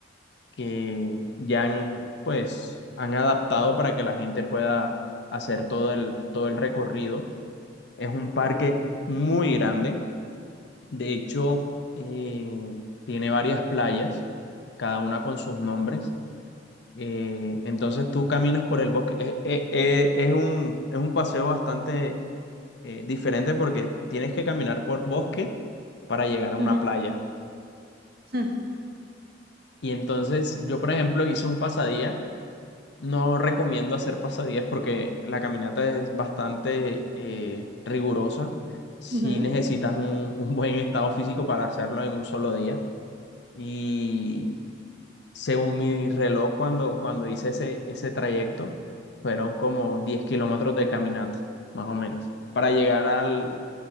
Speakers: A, on the left; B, on the right.
A: que ya han, pues, han adaptado para que la gente pueda hacer todo el, todo el recorrido. Es un parque muy grande de hecho, eh, tiene varias playas, cada una con sus nombres. Eh, entonces tú caminas por el bosque. es es eh, es un, es un paseo bastante eh, diferente porque tienes que caminar por bosque para llegar a una
B: ujú,
A: playa.
B: ujú,
A: Y entonces yo, por ejemplo, hice un pasadía. No recomiendo hacer pasadías porque la caminata es bastante eh, rigurosa. Si
B: ujú.
A: necesitas un un buen estado físico para hacerlo en un solo día. Y Según mi reloj, cuando, cuando hice ese, ese trayecto, fueron como 10 kilómetros de caminata, más o menos, para llegar al,